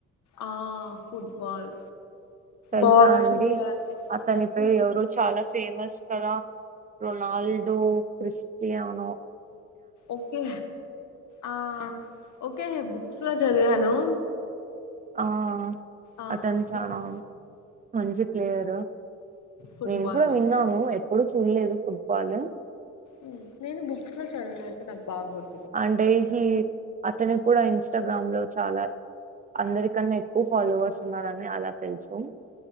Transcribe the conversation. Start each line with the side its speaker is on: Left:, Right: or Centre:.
Left: ఆ ఫుట్బాల్
Right: తెలుసా
Left: బాక్సింగ్
Right: అండి
Left: అని
Right: అతనిపైే
Left: ఫుట్-
Right: ఎవరు చాలా ఫేమస్ కథ రొనాల్డో క్రిస్టియనో
Left: ఓకే ఆ ఓకే బుక్స్ లో చదివాను
Right: ఆ
Left: ఆ
Right: అతను చనా
Left: బుక్స్
Right: మంచి ప్లేయరు
Left: ఫుట్బాల్
Right: నేను కూడా
Left: లో
Right: విన్నాను ఎప్పుడు చూడలేదు ఫుట్బాల్
Left: ఉ నేను బుక్స్ లో చదివినట్యి నాకు బాగ గుర్తు
Right: అడ్సి అతను కూడా ఇన్స్టాగ్రామ్ చాలా అందరికన్నా ఎక్కువ ఫాలోవర్స్ ఉన్నారని అలా తెలుసు